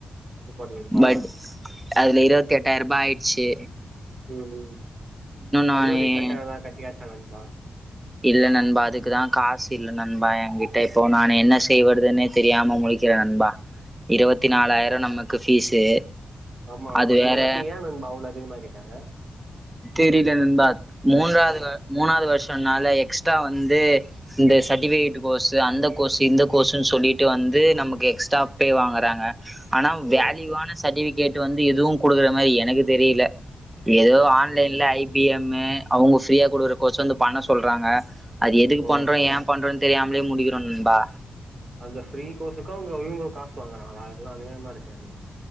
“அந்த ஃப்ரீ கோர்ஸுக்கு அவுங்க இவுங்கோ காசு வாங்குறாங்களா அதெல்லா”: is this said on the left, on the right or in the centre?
Right